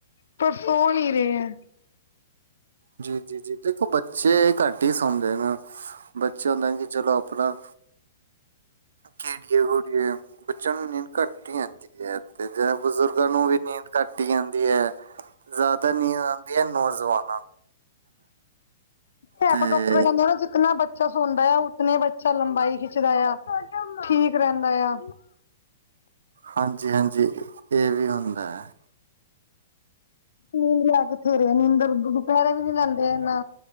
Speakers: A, on the left; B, on the right.
A: ਪਰ ਸੋ ਨਹੀ ਰਹੇ ਹੈ।
B: ਜੀ, ਜੀ, ਜੀ ਦੇਖੋ ਬੱਚੇ ਘੱਟ ਹੀ ਸੌਂਦੇ ਨਾ, ਬੱਚਿਆ ਨ ਹੁੰਦੇ ਕਿ ਚਲੋ ਆਪਣਾ ਖੇਡੀਏ-ਖੁਡੀਏ, ਬੱਚਿਆਂ ਨੂੰ ਘੱਟ ਹੀ ਆਂਦੀ ਏ, ਯਾਰ। ਤੇ, ਜ ਬਜ਼ੁਰਗਾਂ ਨੂੰ ਵੀ ਨੀਂਦ ਘੱਟ ਹੀ ਆਂਦੀ ਐ, ਜ਼ਿਆਦਾ ਨੀਂਦ ਆਂਦੀ ਐ ਨੌਜਵਾਨ।
A: ਹੈ,
B: ਤੇ
A: ਪਚ ਡੌਕਟਰ ਕਹਿੰਦਾ ਨਾ, ਜਿਤਨਾ ਬੱ ਬੱਚਾ ਸੋਂਦਾ ਆ, ਉਤਨੇ ਬੱਚਾ ਲੰਬਾਈ ਖਿੱਚਦਾ ਯਾ, ਠੀਕ ਰਹਿੰਦਾ ਯਾਂ।
B: ਹਾਂਜੀ-ਹਾਂਜੀ, ਇਹ ਵੀ ਹੁੰਦਾ ਹੈ।
A: ਨੀਂਦਰਾ ਕਿੱਥੇ, ਨੀਂਦਰ ਦੁਪਹਿਰੇ ਵੀ ਨੀ ਲੈਂਦੇ ਐ ਨਾ।